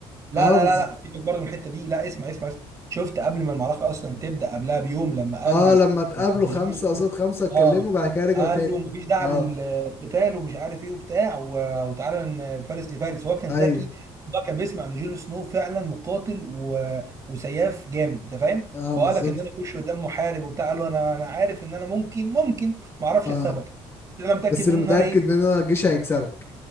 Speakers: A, on the right; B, on the left.
A: لا
B: اه
A: لا
B: بز...
A: لا لا سيبك برضه من الحته دي لا اسمع اسمع اسمع شفت قبل ما المعركه اصلا تبدا قبلها بيوم لما قال
B: اه
A: له
B: لما اتقابلوا
A: لما
B: خمسة
A: جون سنو
B: قصاد خمسة اتكلموا
A: اه
B: بعد كده رجعوا
A: قال
B: تاني
A: له مفيش داعي
B: اه
A: للقتال ومش عارف ايه وبتاع و- وتعالى ن- فارس لفارس هو كان
B: ايوه
A: ذكي هو كان بيسمع ان جون سنو فعلا مقاتل و... وسياف جامد انت فاهم
B: اه
A: فقال
B: بالظبط
A: لك ان انا اخش قدام محارب وبتاع قال له انا انا عارف ان انا ممكن ممكن ما اعرفش
B: اه
A: اكسبك بس انا متاكد
B: بس
A: منه
B: اللي متأكد
A: ان انا ايه
B: منه إن الجيش هيكسبك